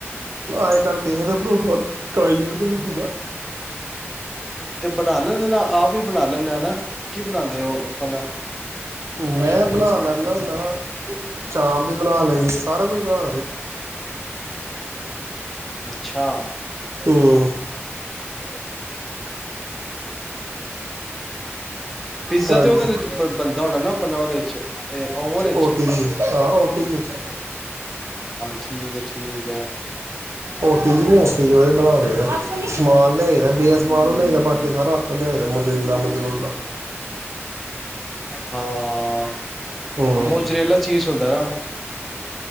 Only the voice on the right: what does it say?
ਅੱਜ ਕੱਲ ਕਿਸੇ ਦਾ ਭਰੋਸਾ ਨਹੀਂ ਕਲਯੁਗ ਦਾ ਸਮਾਂ
ਮੈਂ ਬਣਾ ਲੈਂਣਾ ਹੁੰਨਾ ਬਣਾ ਲਈਦੀ ਹ ਸਾਰਾ ਕੁਝ ਬਣਾ
ਹਮ
ਹਾਂਜੀ
ਓ
ਟੀ ਜੀ ਹਾਂ ਓ ਟੀ ਜੀ 'ਚ
ਹੋਰ ਯੂਨੀਵਰਸਿਟੀ ਚ ਉਹਦੇ ਭਰਾ ਗੇ ਆ ਤਬੀਅਤ ਸਮਾਨ ਲੈ ਕੇ ਆਪਾ ਹਨੇਰੇ ਮਨੇਰੇ ਲਿਆ ਮਜ਼ਰੂਲਾ
ਹੂੰ